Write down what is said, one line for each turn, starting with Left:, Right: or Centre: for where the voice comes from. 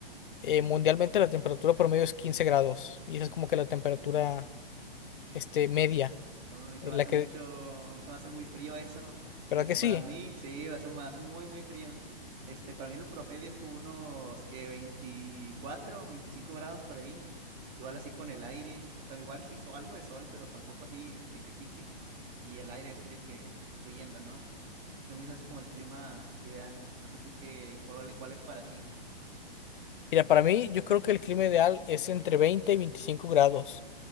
Left: eh, mundialmente la temperatura promedio es 15 grados y esa es como que la temperatura,
Right: Uh,
Left: este, media,
Right: sí. no, a mí se
Left: eh,
Right: me
Left: la
Right: hace
Left: que,
Right: mucho, a mí se me hace muy frío eso.
Left: ¿verdad
Right: Este,
Left: que sí?
Right: para mí, sí, se me hace muy, muy frío. Este, para mí el promedio es como unos, que veinticuatro 25 grados por ahí. Igual así con el aire. O sea, igual sí, so- algo de sol, pero tampoco así de que pique. Y el aire así de que fluyendo, ¿no? Eso a mí se hace como el clima ideal. No sé tú qué, cuál, cuál es para ti.
Left: Mira, para mí yo creo que el clima ideal es entre 20 y 25 grados.